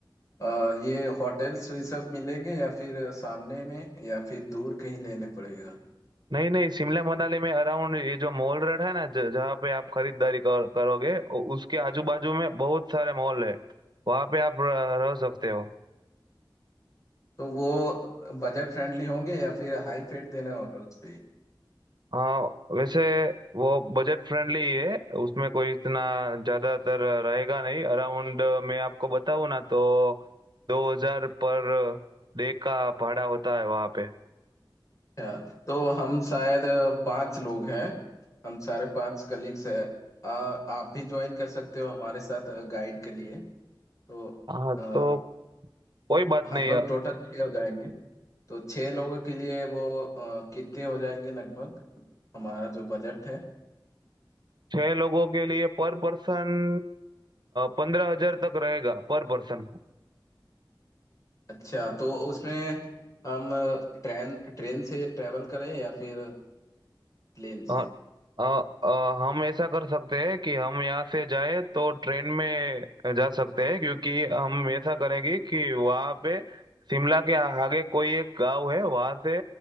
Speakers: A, on the left; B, on the right.
A: अ, ये होटल्स ये सब मिलेंगे या फिर सामने में या फिर दूर कहीं लेने पड़ेगा
B: नहीं नहीं शिमला मनाली में अराउंड ये जो मॉल रोड है ना ज- जहाँ पे आप खरीदारी कर, करोगे उ- उसके आजू बाजू में बहुत सारे मॉल है वहाँ पे आप रह, रह सकते हो
A: तो वो बजट फ्रेंडली होंगे या फिर हाई फेट देना होगा उस पे
B: हाँ वैसे वो बजट फ्रेंडली ही है उसमें कोई इतना ज्यादातर रहेगा नहीं अराउंड मैं आपको बताऊँ ना तो दो हजार पर डे का भाड़ा होता है वहाँ पे
A: अच्छा तो हम शायद अ, पांच लोग हैं हम सारे पांच कलीग्स हैं अ, आप भी ज्वाइन कर सकते हो हमारे साथ गाइड के लिए तो
B: हाँ
A: अ,
B: तो कोई बात
A: हम
B: नहीं
A: लोग
B: है
A: टोटल छः हो जाएंगे तो छः लोगों के लिए वो अ, कितने हो जाएंगे लगभग हमारा जो बजट है
B: छह लोगों के लिए पर पर्सन पंद्रह हजार तक रहेगा पर पर्सन
A: अच्छा तो उसमें हम ट्रेन ट्रेन से ट्रेवल करें या फिर प्लेन
B: अ,
A: से
B: अ, अ, हम ऐसा कर सकते हैं कि हम यहाँ से जाए तो ट्रेन में जा सकते हैं क्योंकि हम ऐसा करेंगे कि वहाँ पे शिमला के आगे कोई एक गांव है वहाँ से